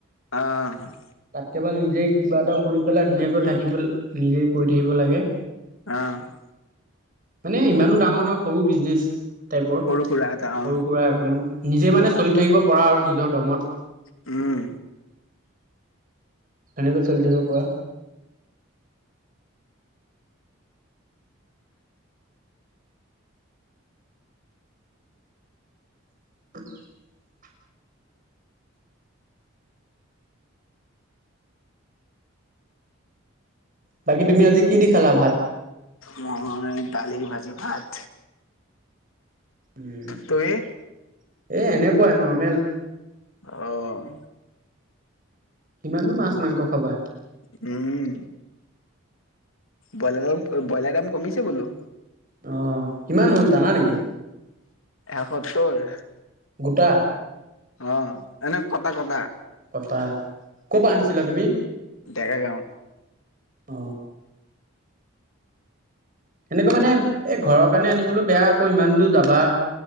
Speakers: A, on the left; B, on the right.
A: অঁ'।
B: তাত কে ভাল নিজে কিবা এটা কৰি পেলাই ধুনীয়াকৈ থাকি নিজে কৰি থাকিব লাগে।
A: অ'।
B: মানে ইমানো ডাঙৰ নহয় সৰু বিজনেচ টাইপৰ সৰু
A: সুৰা এটা অ
B: সুৰা অকমান নিজে মানে চলি থাকিব পৰা আৰু নিজৰ দমত।
A: উম।
B: সেনেকৈ চলি থাকিব পৰা। <inaudible> বাকী তুমি আজি কি দি খালা ভাত?
A: মই দালি ভাজি ভাত।
B: উম,
A: তুমি
B: এই, এেনেকুৱা নৰ্মেল।
A: অ'।
B: কিমাননো মাছ মাংস খাবা।
A: উম। ব্ৰইলাৰাম-ব্ৰইলাৰ দাম কমিছে বোলো।
B: অ', কিমান হ'ল জানা নেকি?
A: এসত্তৰ
B: গোটা
A: অ', এনে কটা-কটা।
B: কটা। ক'ৰ পৰা আনিছিলা তুমি
A: ডেকা গাও।
B: অ সেনেকুৱে মানে এই ঘৰৰ কাৰণে আনিবলৈ বেয়া আকৌ ইমান দূৰ যাবা।